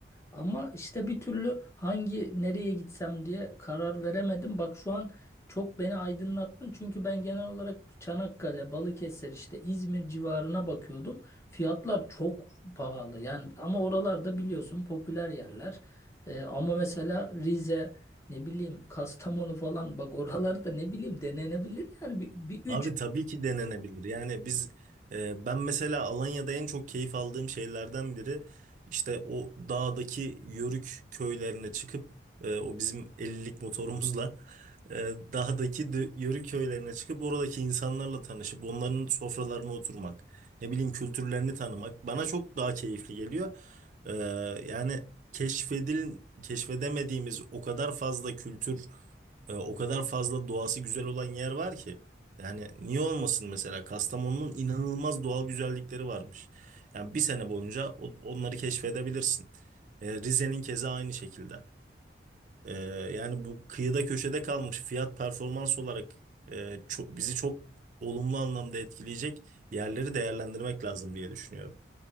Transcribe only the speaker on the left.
Ama işte bir türlü hangi nereye gitsem diye karar veremedim. Bak şu an çok beni aydınlattın. Çünkü ben genel olarak Çanakkale, Balıkesir, işte İzmir civarına bakıyordum. Fiyatlar çok pahalı. Yani ama oralarda biliyorsun popüler yerler. Ee, ama mesela Rize, ne bileyim Kastamonu falan bak oralarda ne bileyim denenebilir yani bir, bir üç